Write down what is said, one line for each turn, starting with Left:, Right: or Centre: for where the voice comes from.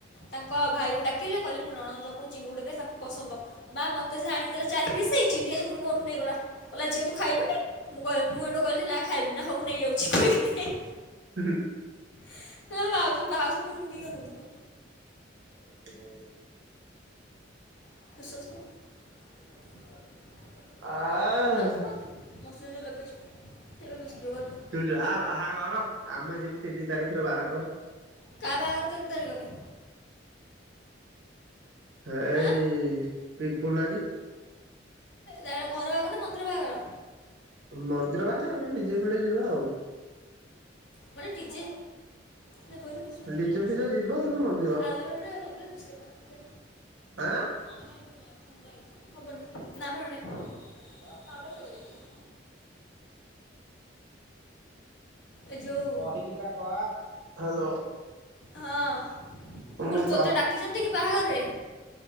Left: ତାଙ୍କ ଭାଇକୁ ଡାକିଲେ କହିଲେ ମୁଁ ନଣନ୍ଦ କୁ ଚିଙ୍ଗୁଡି ଦେ ତାଙ୍କ ଙ୍କୁ ପସନ୍ଦ ମା ମୋତେ ସେ ଆଣିକି ଦେଲେ ଚାରି ପିସ୍ ଚିନି ଭାଉଜ ପୁଣି ମୋଠୁ ନେଇଗଲା କହିଲା ଝିଅ ତୁ ଖାଇ ବୁନି। ମୁଁ କହିଲି ମୁଁ ହେଠୁ କହିଲି ନା ଖାଇବିନି ନା ହଉ ନେଇ ଯାଉଛି କହିକି ନେଇ ଗଲା।
Right: ହୁଁ ହୁଁ।
Left: ହେଲା ଭାଉଜ ଭାଉଜ ପୁଣି ଡୁଙ୍ଗିକି ଅନଉ ଥିଲେ।
Right: ତାପରେ
Left: <unintelligible>
Right: ଆ
Left: <unintelligible>
Right: ତୁ ଜା ବାହାଘର ଆମେ ଯିବୁ ତିନି ତାରିଖ ରେ ବାହାଘର। ତୁ ଯା ପଳା।
Left: କା ବାହାଘର ତିନି ତାରିଖ ନେ।
Right: ଏଇ
Left: ଆଁ
Right: ପିପୁନା ଦୀ।
Left: ତାର ଘର ବାହାଘର ନା ମନ୍ଦିର ବାହାଘର।
Right: ମନ୍ଦିର ବାହାଘର କିନ୍ତୁ ଡିଜେ ଫିଯେ ଯିବା ଆଉ।
Left: ମାନେ ଡିଜେ ଯୋଉ ଦୋଇରେ ଫେସୱାସ୍
Right: ଡୀଜେ
Left: ରେ
Right: ଫିଜେ ଯିବ କିନ୍ତୁ ମନ୍ଦିର।
Left: ଆଲୋଭେରା ଲଗେଇଲେ ଦୁଷେ କଣ ଯା
Right: ଆଁ।
Left: <unintelligible>
Right: ଓ
Left: <unintelligible> ଏ ଯୋଉ
Right: ହା ଲୋ।
Left: ହଁ। ମୁଁ
Right: ହୁଁ
Left: କହିଲି ତୋତେ
Right: କ।
Left: ଡାକିଛନ୍ତି କି ବାହାଘରରେ